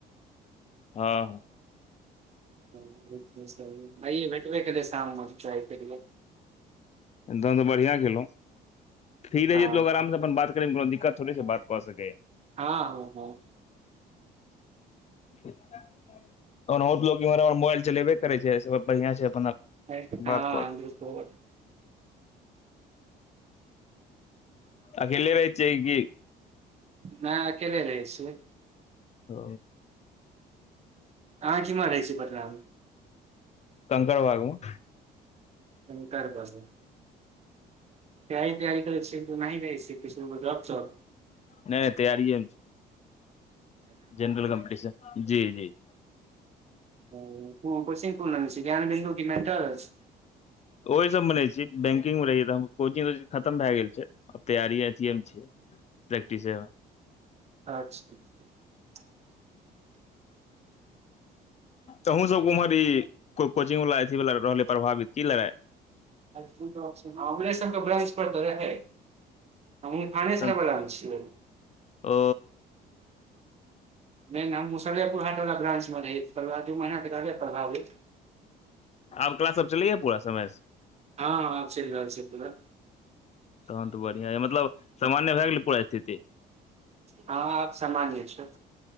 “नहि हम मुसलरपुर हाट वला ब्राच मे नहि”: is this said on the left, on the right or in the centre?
Right